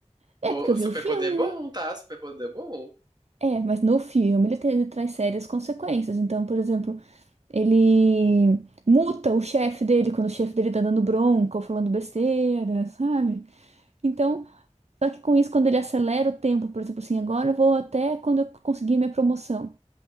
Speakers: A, on the right; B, on the right.
A: É,
B: O
A: porque eu
B: o
A: vi
B: superpoder
A: o filme,
B: é bom,
A: né?
B: tá? Superpoder é bom.
A: É, mas no filme ele, tem- ele traz sérias consequências. Então, por exemplo, ele multa o chefe dele quando o chefe dele tá dando bronca ou falando besteira, sabe? Então, só que com isso, quando ele acelera o tempo, por exemplo, assim, agora eu vou até quando eu conseguir minha promoção.